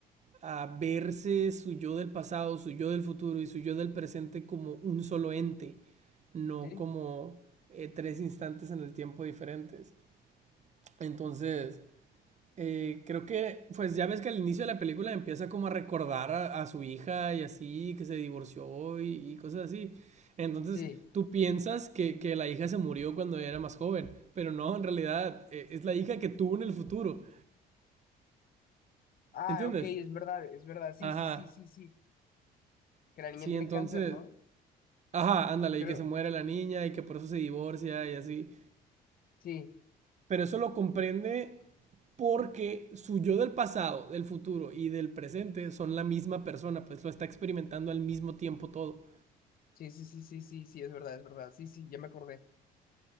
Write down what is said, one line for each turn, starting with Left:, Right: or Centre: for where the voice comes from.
Right: a verse su yo del pasado, su yo del futuro y su yo del presente como un solo ente, no
Left: sí,
Right: como eh, tres instantes en el tiempo diferentes. Entonces, Eh, creo que, pues ya ves que al inicio de la película empieza como a recordar a, a su hija y así, que se divorció y, y cosas así. Entonces,
Left: sí.
Right: tú piensas que, que la hija se murió cuando era más joven, pero no, en realidad eh, es la hija que tuvo en el futuro,
Left: Ah,
Right: ¿entiendes?
Left: ok, es verdad, es verdad. Sí,
Right: Ajá,
Left: sí, sí, sí, sí. Que la niña
Right: sí,
Left: tiene
Right: entonces,
Left: cáncer, ¿no?
Right: ajá, ándale,
Left: Creo.
Right: y que se muere la niña y que por eso se divorcia y así.
Left: Sí,
Right: pero eso lo comprende porque su yo del pasado, del futuro y del presente son la misma persona, pues lo está experimentando al mismo tiempo todo.
Left: sí, sí, sí, sí, sí, sí, es verdad, es verdad. Sí, sí, ya me acordé.